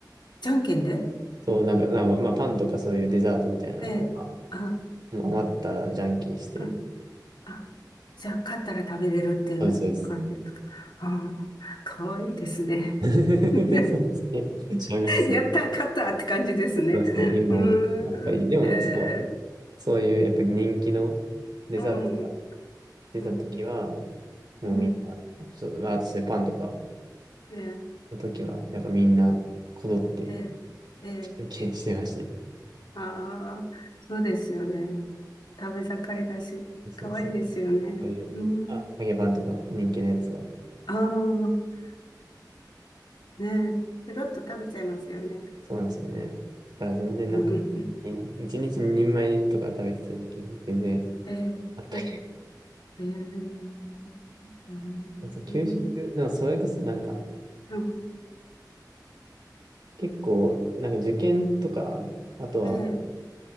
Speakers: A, on the left (about 80°); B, on the right (about 70°).
A: じゃんけんで
B: <laughs> そう、なんか、まあ、まあ、パンとかそういうデザートみたいなのが、
A: ええ、あ、
B: もう余ったらじゃんけんして、
A: あ、あ、じゃあ勝ったら食べれるっていう感じですか。
B: そうです、そうです。
A: ああ、かわいいですね。
B: <laughs> そうですね。
A: <laughs>
B: 小学生。
A: やった、勝ったって感じですね。
B: そうそう、今思う。
A: うーん、
B: やっぱり、でも、
A: へ
B: そう、
A: え。
B: そういう、やっぱり人気のデザートが
A: うん、
B: 出た時は、
A: うん、
B: も
A: うん。
B: うみんな、そう、まああとそういうパンとか
A: ええ、
B: の時は、やっぱみんな、こぞって、
A: ええ、ええ。
B: 献金してましたね。
A: ああ、そうですよね。食べ盛りだし、
B: そうそうそう。
A: 可愛いですよね。
B: いう、
A: うん。
B: あ、揚げパンとか人気のやつは、
A: ああ、ねえ、ペロッと食べちゃいますよね。
B: そうなんですよね。だから全然なんか、
A: うん。
B: い一日二人前とか食べてた時期に全然
A: ええ、
B: あったけ
A: ええ、ええ。うん。
B: ど、そう、給食、でもそれこそなんか、
A: うん。
B: 結構、なんか受験とか、あとは、
A: ええ、